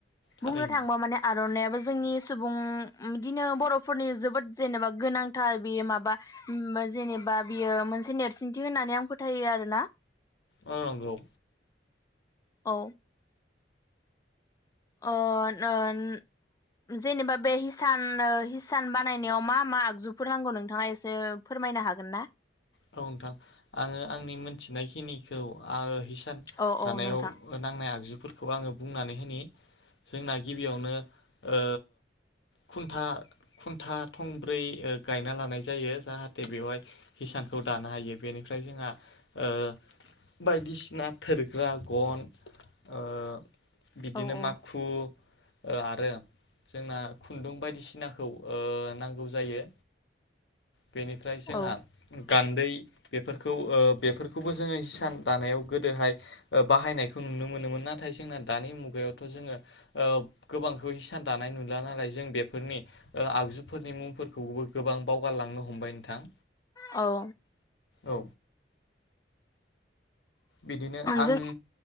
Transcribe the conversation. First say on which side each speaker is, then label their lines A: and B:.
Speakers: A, on the left; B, on the left.
A: थारैनो
B: बुंनो थाङोबा माने आर'नाइाबो जोंनि सुबुं बिदिनो बर'फोरनि जोबोद जेनेबा गोनांथार बेयो माबा जेनेबा बियो मोनसे नेरसोनथि होननानै आं फोथायो आरोना
A: ओ नगौ
B: औ अ नोन जेनेबा बे हिसान हिसान बानायनायाव मा मा आगजुफोर नांगौ नोंथाङा एसे फोरमायनो हागोन ना
A: नंगौ नोंथां आङो आंनि मोनथिनायखिनिखौ आ हिस सान
B: औ
A: दानायाव
B: औ नोंथां
A: ओ नांनाय आगजु फोरखौ आङो बुंनानै होननि जोंना गिबियावनो ओ खुन्था खुन्था थंब्रै ओ गायना लानाय जायो जाहाथे बेवहाय हिसान खौ दानो हायो बेनिफ्राय जोंहा ओ बायदिसिना थोरग्रा गन ओ बिदिनो
B: औ
A: माखु
B: औ
A: ओ आरो जोंना खुन्दुं बायदिसिनाखौ नांगौ जायो बेनिफ्राय जोंहा
B: औ
A: गान्दै बेफोरखौ बेफोरखौबो जोङो हिसान दानायाव गोदोहाय बाहायनायखौ नुनो मोनोमोन नाथाय जोंना दानि मुगायावथ' जोङो ओ गोबांखौ हिसान दानाय नुला नालाय जों बेफोरनि आगजुफोरनि मुंफोरखौबो गोबां बावगारलांनो हमबाय नोंथां
B: औ
A: औ बिदिनो आंनि
B: जों